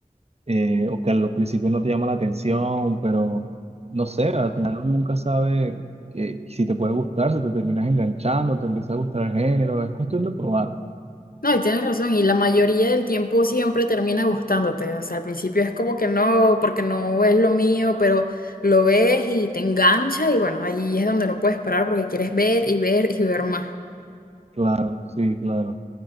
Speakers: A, on the right; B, on the left.
A: eh, o que al principio no te llama la atención, pero no sé, al final uno nunca sabe que, si te puede gustar, si te terminas enganchando, te empieza a gustar el género, es cuestión de probar.
B: No, y tienes razón, y la mayoría del tiempo siempre termina gustándote. O sea, al principio es como que no, porque no es lo mío, pero lo ves y te engancha y bueno, ahí es donde no puedes parar porque quieres ver y ver y ver más.
A: Claro, sí, claro.